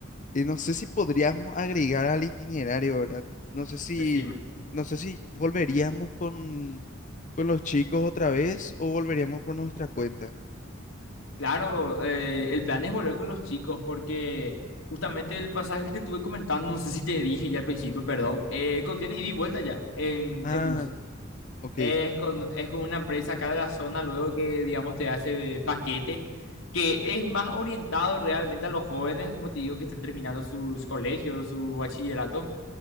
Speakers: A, on the left; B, on the left.
A: eh, no sé si podríamos agregar al itinerario, ¿verdad? No sé si,
B: Decime.
A: no sé si volveríamos con, con los chicos otra vez o volveríamos por nuestra cuenta.
B: Claro, eh, el plan es volver con los chicos porque justamente el pasaje que te estuve comentando, no sé si te dije ya al principio, perdón, eh, contiene ida y vuelta ya en,
A: Ah,
B: en bus.
A: ok,
B: Es con, es con una empresa acá de la zona luego que, digamos, te hace paquete, que es más orientado realmente a los jóvenes, como te digo, que están terminando sus colegios, su bachillerato.